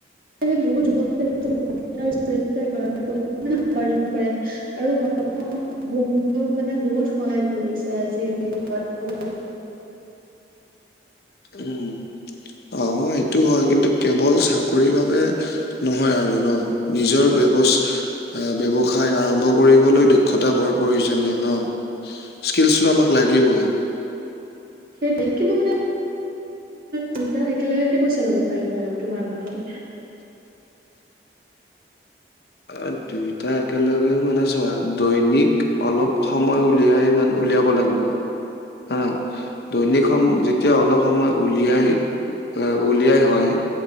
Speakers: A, on the right; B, on the left.
A: বহুত উপছিল চৰিত্ৰ ঘৰত উপাৰ্জন কৰে। আৰু বোমটো মানে বহুত সহায় কৰিছে আজিৰ <unintelligible>
B: উম অ সেইটো হয় কিন্তু, কেৱল চাকৰি বাবে নহয় আৰু ন নিজৰ বেৱ আহ ব্যৱসায় আৰম্ভ কৰিবলৈ দক্ষতা বৰ প্ৰয়োজনীয় ন, স্কিলচটো আমাক লাগিবই।
A: সেইটোৱেই, কিন্তু মানে দুইটা একেলগে কেনেকৈ চলাব পাৰি বাৰু তোমাৰ মতে।
B: অ দুইটা একেলগে মানে চোৱা দৈনিক অলপ সময় উলিয়াই মানে উলিয়াব লাগিব। হা দৈনিক সম যেতিয়া অলপ সময় উলিয়াই আহ উলিয়াই হয়।